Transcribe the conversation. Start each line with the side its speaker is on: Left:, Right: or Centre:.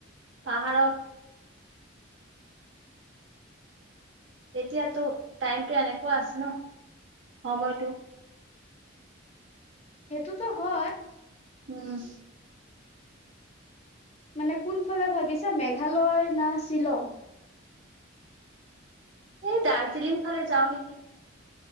Right: পাহাৰত। এতিয়াতো টাইমটো এনেকুৱা আছে ন' সময়তো।
Left: সেইটোতো হয়।
Right: উমঁ'।
Left: মানে কোনফালে ভাবিছা, মেঘালয় না শ্বিলং?
Right: এই দাৰ্জিলিং ফালে যাওঁ নেকি।